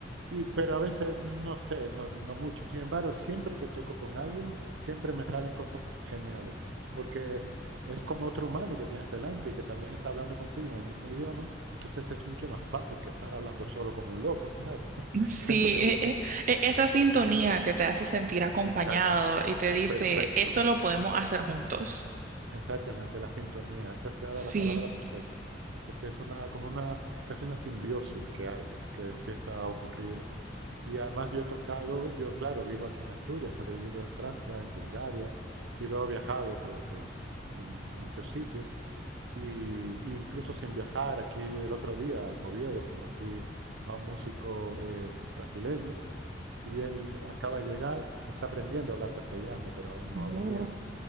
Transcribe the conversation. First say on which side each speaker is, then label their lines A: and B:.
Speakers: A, on the right; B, on the right.
A: y- pero a veces, no sé, no, no mucho. Sin embargo, siempre que toco con alguien, siempre me salen cosas geniales, porque es como otro humano que tienes delante y que también está hablando contigo en el mismo idioma, entonces es mucho más fácil que estar hablando solo como un loco, claro, <laughs>
B: Sí,
A: que es lo que
B: e-
A: yo veo.
B: e- e- esa sintonía que te hace sentir acompañado
A: Exacto,
B: y te dice,
A: perfecto.
B: esto lo podemos hacer juntos.
A: Exactamente, la sintonía. Has empleado
B: Sí.
A: la palabra perfecta, porque es una, como una, casi una simbiosis que hay, que empieza a ocurrir. Y además yo he tocado, yo claro, vivo aquí en Asturias, pero he vivido en Francia, en Bulgaria, y luego he viajado por, por eh, muchos sitios. Y, y incluso sin viajar, aquí el otro día en Oviedo conocí a un músico eh, brasileño y él acaba de llegar, está aprendiendo a hablar castellano, pero aún no
B: Oh.
A: habla bien